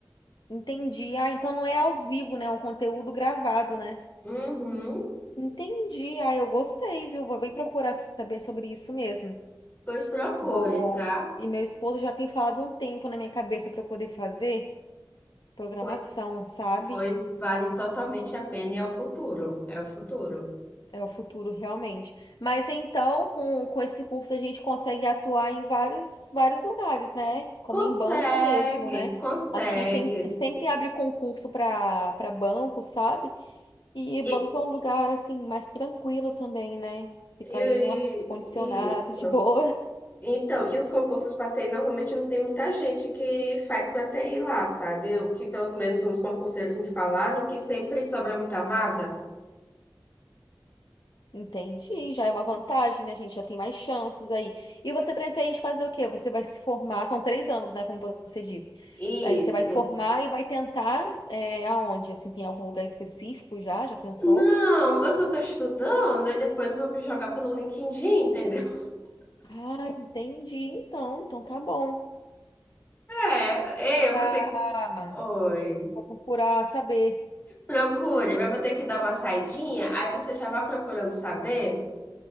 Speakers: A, on the left; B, on the left.
A: Entendi. Ah, então não é ao vivo, né? É um conteúdo gravado, né?
B: Uhum,
A: Entendi. Ah, eu gostei, viu? Vou bem procurar saber sobre isso mesmo.
B: pois procure,
A: Vou.
B: tá?
A: E meu esposo já tem falado um tempo na minha cabeça para eu poder fazer programação,
B: Pois
A: sabe?
B: Pois vale totalmente a pena e é o futuro. É o futuro.
A: É o futuro, realmente. Mas então, com, com esse curso, a gente consegue atuar em vários, vários lugares, né? Como
B: Consegue,
A: em banco mesmo, né?
B: consegue.
A: Aqui tem, sempre abre concurso para para banco, sabe? E
B: E,
A: banco é um lugar, assim, mais tranquilo também, né? Fica
B: e-
A: ali no ar-condicionado,
B: e- isso.
A: de boa.
B: Então, e os concursos para TI normalmente não tem muita gente que faz para TI lá, sabe? O que pelo menos uns concurseiros me falaram que sempre sobra muita vaga.
A: Entendi, já é uma vantagem, né? A gente já tem mais chances aí. E você pretende fazer o quê? Você vai se formar, são três anos, né? Como você disse.
B: Isso.
A: Aí você vai formar e vai tentar é, aonde? Assim, tem algum lugar específico já? Já pensou?
B: Não, eu só estou estudando e depois vou me jogar pelo LinkedIn, entendeu? <laughs>
A: Ah, entendi. Então, então tá bom.
B: É,
A: Procurar,
B: eu vou ter que. Oi.
A: vou procurar saber.
B: Procure, mas eu vou ter que dar uma saidinha, aí você já vai procurando saber.